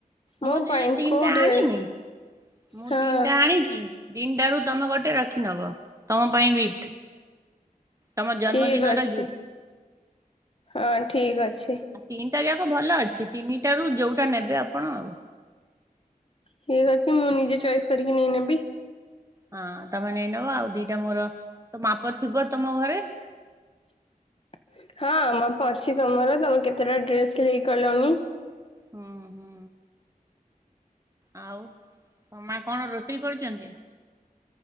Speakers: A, on the left; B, on the right.
A: ମୋ
B: ମୁଁ ସେ
A: ପାଇଁ
B: ଯୋଉ ତିନିଟା
A: କୋଉ ଡ୍ରେସ୍
B: ଆଣିନି ମୁଁ
A: ହଁ
B: ତିନିଟା ଆଣିଛି। ଦିନଟାରୁ ତମେ ଗୋଟେ ରଖି ନବ ତମ ପାଇଁ ଗିଫ୍ଟ। ତମର ଜନ୍ମଦିନର
A: ଠିକ୍ ଅଛି
B: ଗୀତ।
A: ହଁ ଠିକ ଅଛି।
B: ତିନିଟା ଯାକ ଭଲ ଅଛି ତିନିଟାରୁ ଯୋଉଟା ନେବେ ଆପଣ ଆଉ।
A: ଠିକ ଅଛି ମୁଁ ନିଜେ ଚଏସ୍ କରିକି ନେଇନେବି
B: ହଁ ତମେ ନେଇ ନବ ଆଉ ଦିଟା ମୋର ତ ମାପ ଥିବ ତମ ଘରେ
A: <inaudible> ହଁ ମପ ଅଛି ତମର ତମେ କେତେଟା ଡ୍ରେସ ହେ କଲଣିି
B: ହୁଁ ହୁଁ ଆଉ ମା କଣ ରୋଷେଇ କରୁଛନ୍ତି